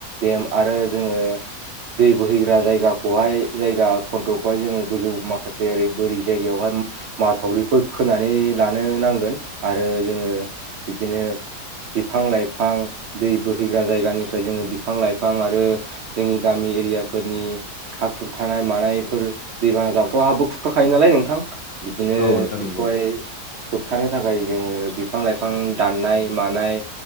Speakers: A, on the right; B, on the left.
A: देम आरो जोङो दै बोहैग्रा जायगा खौहाय जायगा खन्थ'खौहाय जोङो गोजौ माखासे ओरै बोरै जायगायावहाय माथावरिफोर खोनानै लानो नांगोन आरो जोङो बिदिनो बिफां लाइफां दै बोहैग्रा जायगानिफ्राय जोङो बिफां लाइफां आरो जोंनि गामि एरियाफोरनि हा खुरखानाय मानायफोर दैबाना जाब्लाथ' हाबो खुरखाखायो नालाय नोंथां। बिदिनो
B: औ नोंथां नंगौ
A: बेखौहाय होबथानो थाखाय जोङो बिफां लाइफां दाननाय मानाय